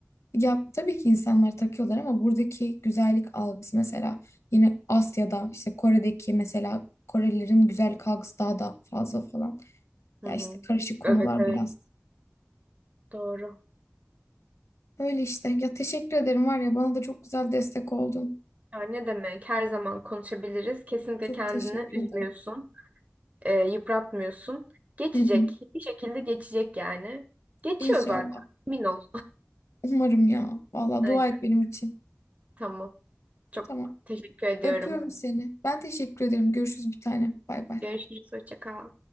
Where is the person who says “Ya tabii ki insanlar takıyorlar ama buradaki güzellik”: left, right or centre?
Left